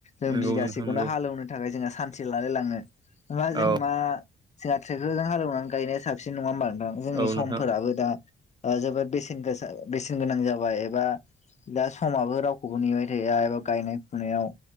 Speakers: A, on the left (about 35°); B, on the right (about 20°).
A: जों
B: नंगौ
A: बिगासे
B: नोंथां नंगौ
A: हालौनो थाखाय जोंङो आ सानसे लालाय लाङो होमबा जों
B: औ
A: मा जोंहा ट्रेक्टरजों हालेवनानै गायनाया साबसिन नङा होमबा नोंथां जोंनि
B: औ
A: समफोराबो
B: नोंथां
A: दा जोबोद बेसेन गोसा बेसेन गोनां जाबाय एबा दा समाबो रावखौबो नेबाय थाया एबा गायनाय फुनायाव